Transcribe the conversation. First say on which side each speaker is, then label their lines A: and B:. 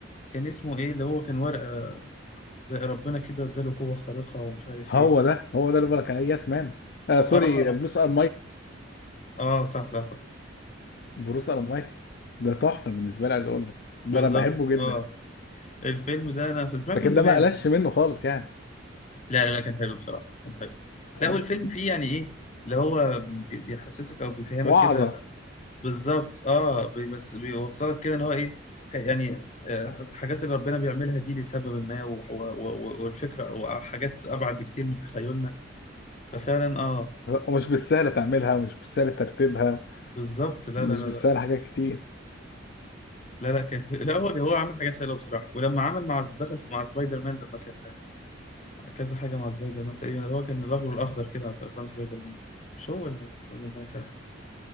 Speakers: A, on the left; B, on the left.
A: كان اسمه ايه اللي هو كان ورقة زي ربنا كده اداله قوة خارقة ومش عارف
B: هو
A: ايه
B: ده هو ده اللي بقولك عليه يس مان آه سوري
A: اه اه
B: بلوس ار
A: آه، آه، صح صح صح, صح.
B: بروس المايتي ده تحفه بالنسبه لي عايز اقول لك ده
A: بالظبط
B: انا بحبه جدا
A: اه الفيلم ده انا سمعته
B: لكن
A: زمان
B: ده ما قلش منه خالص يعني
A: لا لا لا كان حلو بصراحة كان حلو
B: ها؟
A: لا والفيلم فيه يعني ايه اللي هو بي بي بيحسسك او بيفهمك
B: وعظه
A: كده بالظبط اه بي- بس بيوصلك كده ان هو ايه خ- يعني آه، الحاجات اللي ربنا بيعملها دي لسبب ما و- و- و- والفكرة او حاجات ابعد بكتير من تخيلنا ففعلا اه
B: ومش بالسهل تعملها ومش بالسهل ترتيبها
A: بالظبط لا
B: ومش
A: لا لا
B: بالسهل حاجات كتير
A: لا لا كان في... لا هو هو عمل حاجات حلوه بصراحه ولما عمل مع دخل في... مع سبايدر مان لما كان كذا حاجه مع سبايدر مان تقريبا هو كان الاخضر الاخضر كده في افلام سبايدر مان مش هو ولا ولا الله يسامحه